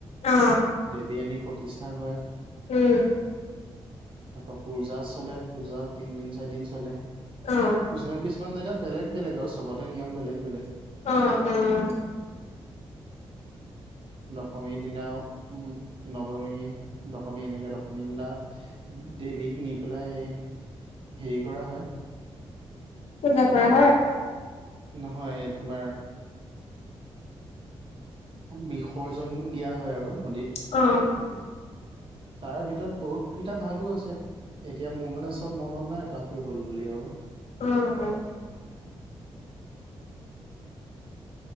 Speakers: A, on the left; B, on the right.
A: অ
B: দেৱী আনি প্ৰতিষ্ঠা কৰে।
A: উম'।
B: তাৰপা পূজা চলে, পূজা তিনদিন, চাৰিদিন চলে
A: অ
B: কিছুমান কিছু কিছুমান জেগাত বেলেগ বেলেগ আৰু চবতে নিয়ম বেলেগ বেলেগ
A: অ', -অ'।
B: দশমীৰ দিনা উ' নৱমী, দশমী এনেকে দশমীৰ দিনা দেৱীক নি পেলাই হেৰি কৰা হয়।
A: পূজা
B: তোমাৰ
A: কৰা
B: উ
A: হয়
B: নহয় তোমাৰ বিসৰ্জন দিয়া হয় আৰু নদীত
A: অ'
B: তাৰে ভিতৰত বহুত কিতা ভাগো আছে, এতিয়া মোৰ মানে চব মনত নাই তথাপিও হ'ল বুলি আৰু
A: উম-উম।